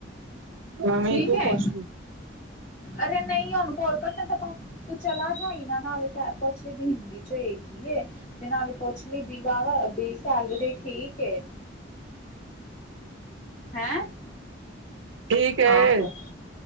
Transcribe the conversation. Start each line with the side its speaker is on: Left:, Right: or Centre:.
Right: ਐਵੇਂ
Left: ਠੀਕ
Right: ਤੂੰ
Left: ਹੈ
Right: ਪੁੱਛ ਲਈ
Left: ਅਰੇ ਨਹੀਂ ਹੁਣ ਕੋਲ ਕੱਟ। ਤੂੰ ਚਲਾ ਜਾਈਂ ਇਹਨਾਂ ਨਾਲੇ ਕ ਪੁੱਛਲੇ ਵੀ ਹਿੰਦੀ ਵਿਚ ਵੇਖੀ ਏ। ਤੇ ਨਾਲੇ ਪੁੱਛ ਲਈ ਵੀ ਬਾਈ ਵਾਹਵਾ ਵੀ ਸੈਲਰੀ ਠੀਕ ਏ। ਹੈਂ
Right: ਠੀਕ ਹੈ
Left: ਹਾਂ ਫਿਰ